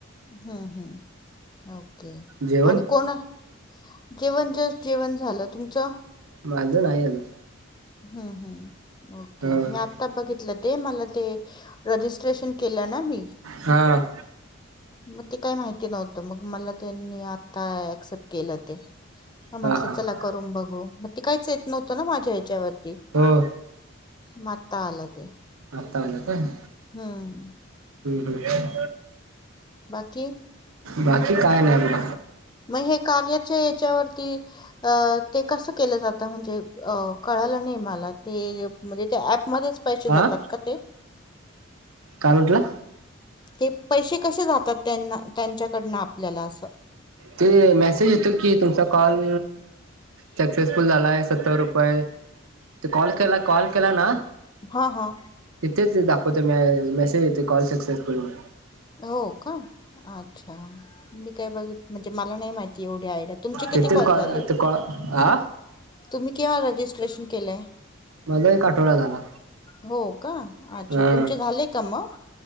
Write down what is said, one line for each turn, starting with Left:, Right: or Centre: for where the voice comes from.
Left: हम्म हम् ओके
Right: जेवण
Left: आणि कोण जेवण जस् जेवण झालं तुमचं
Right: माझ नाही अजून
Left: हम् हम् ओके
Right: हा
Left: मी आता बघितलं ते मला ते रजिस्ट्रेशन केलं ना मी
Right: हा
Left: मग ते काही माहिती नव्हतं मग मला त्यांनी आता चप केल ते मग म्हंटल
Right: हा हा
Left: चला
Right: हा
Left: करून बगु मग ते काहीच येत नव्हतं ते ना माझ्या ह्याच्यावरती
Right: हो
Left: मता आल ते
Right: हतावाला काय हम्
Left: हम्म
Right: हम्
Left: बाकी
Right: बाकी काय नाही बघ
Left: मग हे कार्याच्या याच्यावरती अ ते कसं केलं जातं म्हणजे अ कळाला नाही मला ते म्हणजे त्या ऍपमध्येध्येच पैसे जातात
Right: हा
Left: का ते
Right: काय म्हटलं
Left: ते पैसे कसे जातात त्यां त्यांच्याकडन आपल्याला
Right: ते मेसेज येतो की तुमचा कॉल सक्सेसफुल झालाय सत्तर रुपये कॉल केला कॉल केला ना
Left: हा हा
Right: तिथेच दाखवत म मेसेज येतो कॉल सक्सेसफुल हो
Left: हो का अच्छा मी काय बघित म्हणजे मला नाही माहिती एवढी आयडिया तुमचे किती
Right: तेथ
Left: कॉल
Right: क
Left: झाले
Right: ते अ
Left: तुम्ही केव्हा रजिस्ट्रेशन केलंय
Right: माझा एक आठवडा झाला
Left: हो का अच्छा
Right: हा
Left: तुमचे झाले का मग